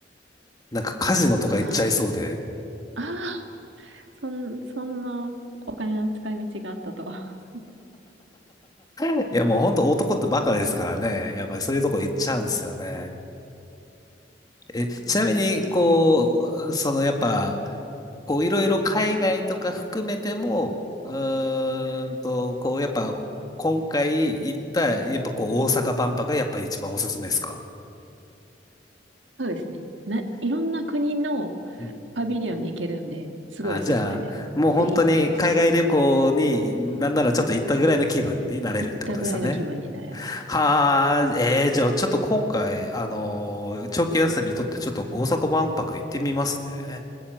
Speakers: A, on the left; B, on the right.
A: なんかカジノとか行っちゃいそうで。
B: いや、まあ、ああ、そん、<laughs> そんなお金の使い道があったとは。
A: いやもうほんと男ってバカですからね。やっぱそういうとこ行っちゃうんすよね。
B: うん
A: え、ちなみに、
B: 韓国でも。
A: こう、そのやっぱ、こう、いろいろ海外とか含めても、うーんと、こう、やっぱ、今回行った、やっぱこう、大阪万博がやっぱ一番おすすめですか
B: そうですね。な、いろんな国の
A: うん
B: パビリオンに行けるんで、すごいおすすめです。
A: あ、じゃあ、もう本当に海外旅行になんならちょっと行ったぐらいの気分になれるってことですよね。
B: ぜひ行ってほしいです。行ったぐらいの気分になれます。
A: はあ、えー、じゃあちょっと今回、あのー長期休み取ってちょっと大阪万博行ってみますね。